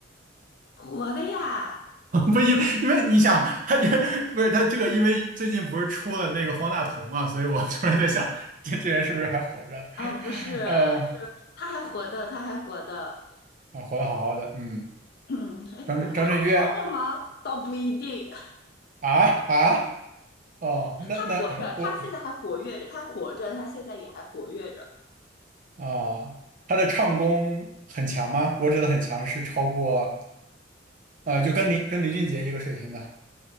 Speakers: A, on the left; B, on the right.
A: 火的呀。
B: <laughs> 不，因为因为你想，他也不是他这个，因为最近不是出了那个方大同嘛，所以我突然在想，这这人是不是还活着？
A: 啊，不是，
B: 呃，
A: 他还活的，他还活的，
B: 啊，活得好好的，嗯，
A: 嗯，还活得好好的吗？
B: 张震张震岳
A: 倒不一定，
B: 啊啊哦，那那我
A: 他活着，他现在还活跃着，他活着，他现在也还活跃着。
B: 啊，他的唱功很强吗？我指的很强是超过呃，就跟林跟林俊杰一个水平的，